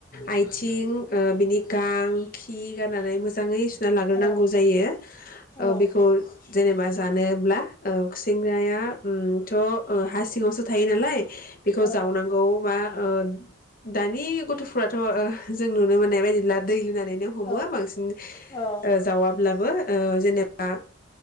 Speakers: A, on the left; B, on the left.
A: आयथिं ओ बिनि गां खि गारनानै मोजाङै सु ना लाग्रोनांगौ
B: औ
A: जायो
B: औ
A: ओ बिखौ जेनेबा जानोब्ला ओ संग्राया ओमथ' हा सिङावसो थायो नालाय बिखौ
B: औ
A: जावनांगौ बा ओ दानि गथ'फुराथ थ' ओह जों नुनो मोननाय बायदिब्ला दै लुना नैनो हमो
B: औ
A: बांसिन ओ
B: औ
A: जावाब्ला। बो ओ जेनेबा